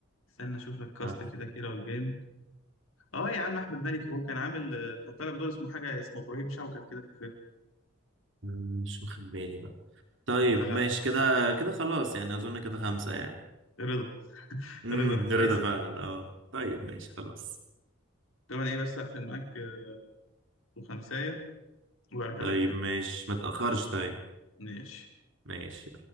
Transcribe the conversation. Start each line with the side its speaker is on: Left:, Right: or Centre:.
Left: استنى اشوف لك كاست
Right: آه.
Left: كده كيرة والجن اه يا عم احمد مالك اهو كان عامل آه، كان طالع بدور اسمه حاجه اسمه ابراهيم شوكت كده في الفيلم
Right: مم، مش واخد بالي بقى طيب
Left: لا لا
Right: ماشي كده كده خلاص يعني اظن كده خمسة يعني
Left: رضا
Right: امم
Left: رضا كويس
Right: رضا
Left: اللي
Right: فعلا
Left: جبته.
Right: اه طيب ماشي خلاص
Left: طب انا ايه بس اقفل معاك آه، وخمسايه وارجع
Right: طيب
Left: لك تاني
Right: ماشي ما تأخرش طيب
Left: ماشي
Right: ماشي